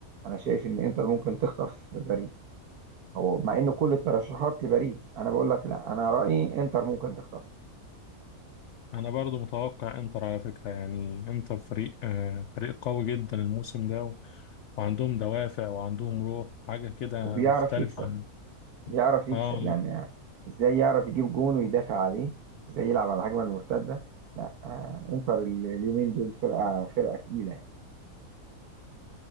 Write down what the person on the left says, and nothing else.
انا برضو متوقع انتر على فكرة يعني انتر فريق آه، فريق قوي جدا الموسم ده و- وعندهم دوافع وعندهم روح حاجة كده
مختلفة
عن
اه